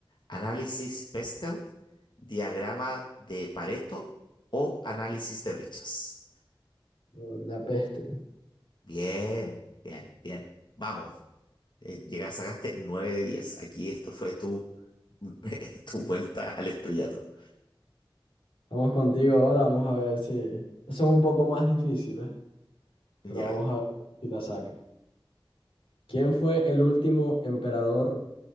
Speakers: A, on the left (about 60°); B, on the left (about 85°).
A: análisis Pestel, diagrama de Pareto o análisis de brechas.
B: bien. La peste.
A: Bien, bien, bien. Vamos. Eh, llegaste, sacaste 9 de 10. Aquí esto fue tu, <laughs> tu vuelta al estrellato.
B: Vamos contigo ahora, vamos a ver si... Son un poco más difíciles,
A: Ya.
B: pero vamos a ver si la saca. ¿Quién fue el último emperador,